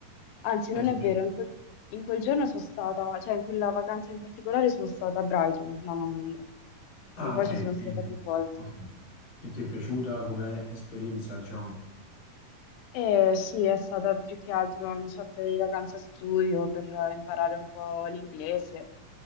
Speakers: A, on the left; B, on the left.
A: Anzi, non
B: E ti
A: è vero,
B: pi-
A: in quel, in quel giorno sono stata, cioè in quella vacanza in particolare sono stata a Brighton, non a Londra,
B: Ah,
A: perché poi
B: ok.
A: ci
B: eh,
A: sono stata più volte.
B: Ok. Che ti è piaciuta come esperienza, diciamo?
A: Eh, sì, è stata più che altro una sorta di vacanza studio per eh, imparare un po' l'inglese.